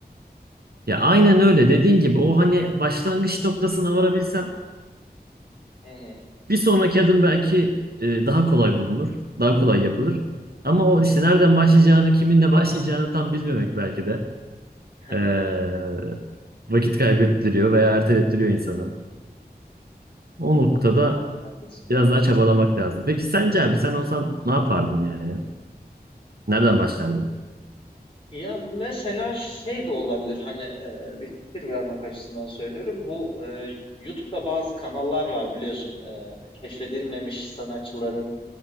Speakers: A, on the right; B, on the left.
A: Ya aynen öyle dediğin gibi o hani başlangıç noktasına varabilsem
B: Hı hı.
A: bir sonraki adım belki e, daha kolay bulunur. Daha kolay yapılır. Ama o işte nereden başlayacağını, kiminle başlayacağını tam bilmemek belki de
B: <laughs>
A: ee, vakit kaybettiriyor veya ertelettiriyor insana. O
B: Evet,
A: noktada
B: evet haklısın.
A: Biraz daha çabalamak lazım. Peki sence abi sen olsan ne yapardın yani? Nereden başlardın?
B: Ya mesela şey de olabilir hani e, bir fikir vermek açısından söylüyorum. Bu e, YouTube'da bazı kanallar var biliyorsun. E, keşfedilmemiş sanatçıların